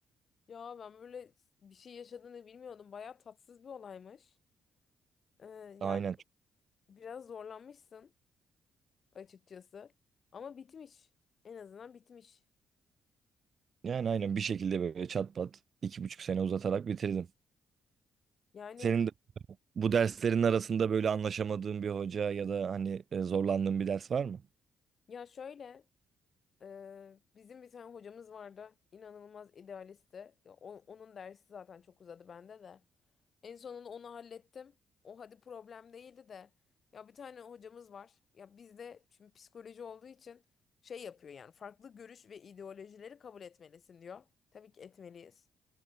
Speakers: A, on the left; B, on the right.
A: Ya ben böyle bir şey yaşadığını bilmiyordum. Bayağı tatsız bir olaymış. Ee, yani
B: Aynen.
A: biraz zorlanmışsın açıkçası. Ama bitmiş. En azından bitmiş.
B: Yani aynen bir şekilde böyle çat pat iki buçuk sene uzatarak bitirdim.
A: Yani
B: Senin de bu derslerin arasında böyle anlaşamadığın bir hoca ya da hani e, zorlandığın bir ders var mı?
A: ya şöyle e, bizim bir tane hocamız vardı. İnanılmaz idealistti. Ya o- onun dersi zaten çok uzadı bende de. En sonunda onu hallettim. O hadi problem değildi de. Ya bir tane hocamız var. Ya bizde şimdi psikoloji olduğu için şey yapıyor yani farklı görüş ve ideolojileri kabul etmelisin diyor. Tabii ki etmeliyiz.